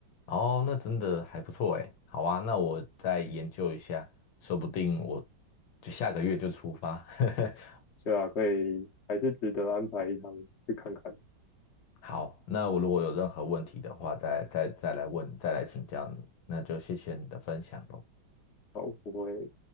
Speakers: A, on the left; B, on the left.
A: 哦，那真的还不错诶。好啊，那我再研究一下，说不定我就下个月就出发。<laughs>
B: 对啊，可以还是值得安排一趟去看看。
A: 好，那我如果有任何问题的话，再再再来问，再来请教你。那就谢谢你的分享喽。
B: 好，不会